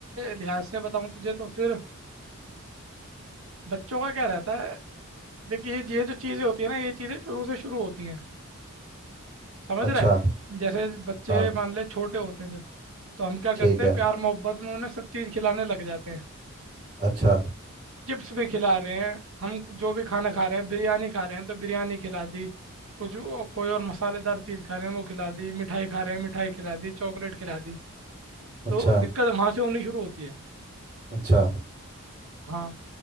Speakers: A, on the right; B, on the right.
A: लिहाज से बताऊँ तुझे तो फिर बच्चों का क्या रहता है देख ये ये जो चीज़ें होती है ना ये चीज़ें शुरू से शुरू होती हैं समझ
B: अच्छा
A: रहा है जैसे बच्चे
B: हाँ
A: मान ले छोटे होते हैं जब तो हम क्या
B: ठीक
A: करते
B: है
A: हैं प्यार मोहब्बत में उन्हें सब चीज़ खिलाने लग जाते हैं
B: अच्छा
A: चिप्स भी खिला रहे हैं हम जो भी खाना खा रहे हैं बिरयानी खा रहे हैं तो बिरयानी खिला दी कुछ ओ- कोई और मसालेदार चीज़ खा रहे हैं वो खिला दी मिठाई खा रहे हैं मिठाई खिला दी चॉकलेट खिला दी
B: अच्छा
A: तो दिक्कत वहाँ से होनी शुरू होती है
B: अच्छा
A: हाँ